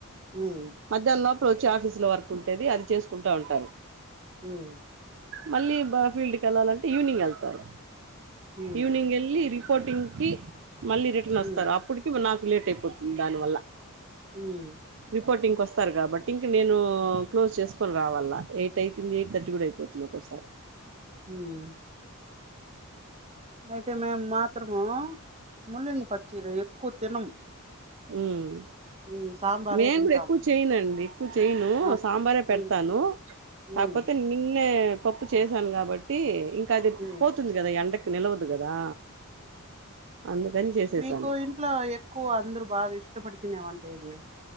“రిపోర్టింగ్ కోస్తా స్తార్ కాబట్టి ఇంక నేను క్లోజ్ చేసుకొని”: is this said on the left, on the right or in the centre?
Right